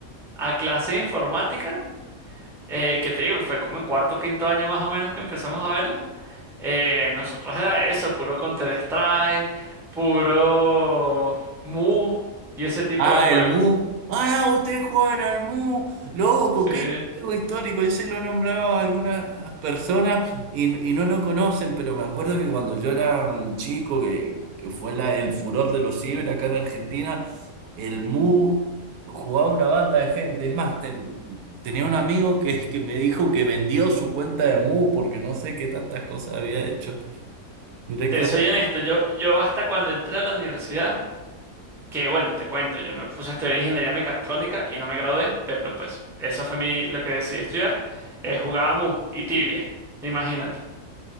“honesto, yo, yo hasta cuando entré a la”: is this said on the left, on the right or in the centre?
Centre